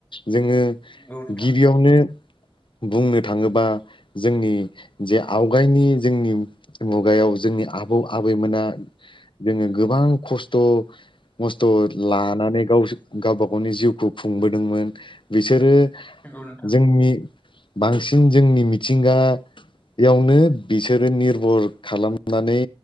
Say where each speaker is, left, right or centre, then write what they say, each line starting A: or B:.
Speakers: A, on the left; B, on the left.
A: जोङो
B: नंगौ नोंथां
A: गिबियावनो बुंनो थाङोबा जोंनि जे आवगायनि जोंनि मुगायाव जोंनि आबौ आबैमोना जोङो गोबां खस्थ' मस्थ' लानानै गावस गावबा गावनि जिउखौ खु खुंबोदोंमोन। बिसोरो
B: नंगौ नोंथां
A: जोंनि बांसिन जोंनि मिथिंगायावनो बिसोरो निर्भर खालामनानै